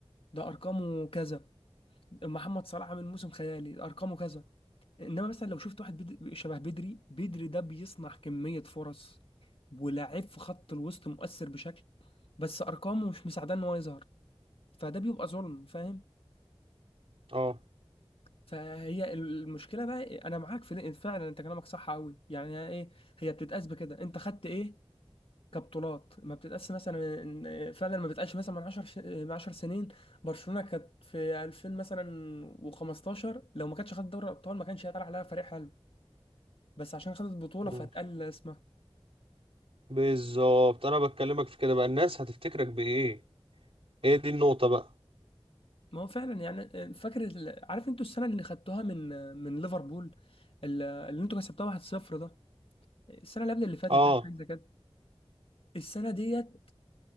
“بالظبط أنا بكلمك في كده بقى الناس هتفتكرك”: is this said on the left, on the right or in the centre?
Right